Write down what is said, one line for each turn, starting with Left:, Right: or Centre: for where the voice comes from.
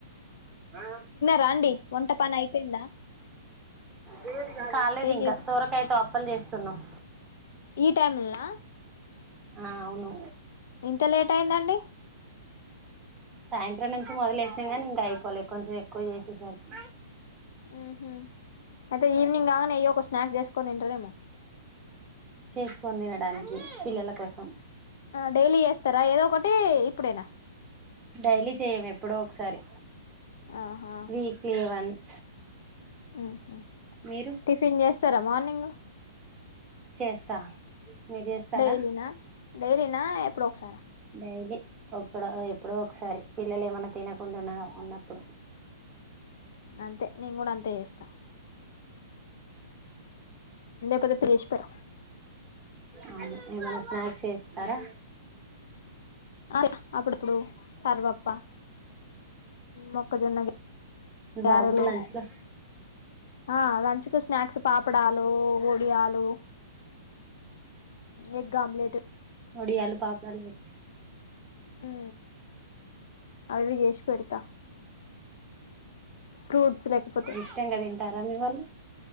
Right: ఆ
Left: రండి ఒంట పన అయిపోయిందా
Right: వేది కాలేదు
Left: ఏం
Right: ఇంకా
Left: చేసి
Right: సోరకాయయితో అప్పలు చేస్త తున్నావ్
Left: ఈ టైం నా
Right: ఆ అవును
Left: ఇంతలే ఎట్టైందండి
Right: సాయంత్రం నుంచి మొదలేసినా కానీ ఇంకా అయిపోవలే కొంచెం ఎక్కువ చేసేసరికి
Left: ఉ అయితే ఈవనింగ్ కాగానే ఏయ్యో స్నాక్ చేసుకొని తింటారేమో
Right: చేసుకొని తినడానికి పిల్లల కోసం
Left: డైలీ చేస్తారా ఏదో ఒకటి ఇప్పుడేనా
Right: డైలీ చేయము ఎప్పుడో ఒకసారి
Left: ఆహా
Right: వీక్లీ వన్స్
Left: ఆహ
Right: మీరు
Left: టిఫిన్ ఎస్త సరే మార్నింగ్
Right: చేస్తా మీరు చేస్తారా
Left: డైలీనా డైలీనా ఎప్పుడు ఒకసారి
Right: డైలీ ఒక్కడో ఎప్పుడో ఒకసారి పిల్లలు ఏమన్నా తినకుండాన్నా ఉన్నప్పుడు
Left: అంతే నేను కూడా అంతే చేస్తా పోద్ద ప్ర క్క
Right: అవు ఏమనా స్నాక్స్ చేస్తారా
Left: అ అప్పుడప్పుడు సర్వప్ప మొక్కజొన్న
Right: మీ
Left: గరెలు
Right: బాబుకి లంచ్ లో
Left: ఆ లంచ్ కు స్నాక్స్ పాపడాలు వడియాలు ఎ గమలేెట్
Right: ఒడియాలు పాపడాలు పెట్టేసి
Left: అ అవి జేష పెడతా ఫ్రూట్స్ లేకపోతే
Right: ఇష్టం కద ఇంట అమ్మి వాళ్ల్